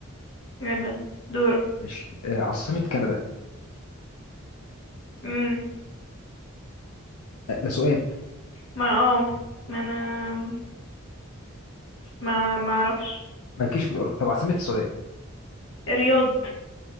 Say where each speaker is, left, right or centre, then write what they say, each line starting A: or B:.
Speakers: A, on the left (about 60°); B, on the left (about 80°).
A: يلا دورك
B: ماشي أه عاصمه كندا
A: امم
B: أه ده سؤال
A: ما اه ما انا ما ما اعرفش
B: مالكيش في الاوروبا طب عاصمه السعوديه
A: رياض